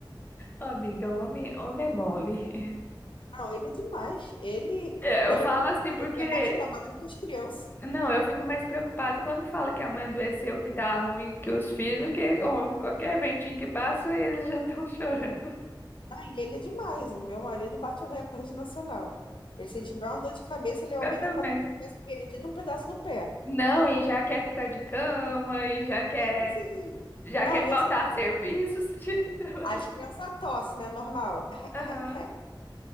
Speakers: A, on the left; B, on the left.
A: Ó, Amiga, homem, homem é mole. <laughs>
B: Não, ele é demais. Ele,
A: É,
B: ele,
A: eu falo
B: é,
A: assim porque
B: ele dá mais trabalho do que as crianças.
A: Não, eu fico mais preocupada quando fala que a mãe adoeceu, que tá ruim, que os filhos, que homem, qualquer ventinho que passa, eles já estão <laughs> chorando.
B: Não, e ele é demais. O meu marido bate o recorde nacional. Ele, se tiver uma dor de cabeça, ele aumenta
A: Eu também.
B: como se tivesse perdido um pedaço do pé.
A: Não, e já quer ficar de cama, e já quer,
B: Desse jeito.
A: já
B: Não,
A: quer
B: e
A: faltar
B: assim,
A: serviços <laughs> de trabalho.
B: as crianças tossem, né? Normal. <laughs>
A: Aham.